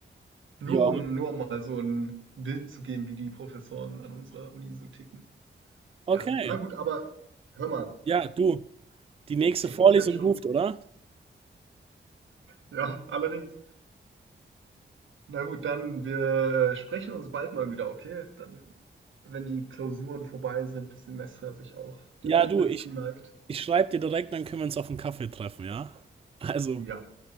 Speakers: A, on the right; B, on the right.
A: Nur
B: ja,
A: um, nur um mal so ein Bild zu geben, wie die Professoren an unserer Uni so ticken. Ja,
B: okay.
A: Na gut, aber hör mal.
B: Ja, du, die nächste
A: ich
B: Vorlesung
A: muss jetzt schon.
B: ruft, oder?
A: Ja, allerdings. Na gut, dann wir äh, sprechen uns bald mal wieder, okay? Dann, wenn die Klausuren vorbei sind, das Semester sich auch
B: Ja,
A: Dem Ende
B: du, ich,
A: zuneigt.
B: ich schreibe dir direkt, dann können wir uns auf einen Kaffee treffen, ja? Also,
A: Ja,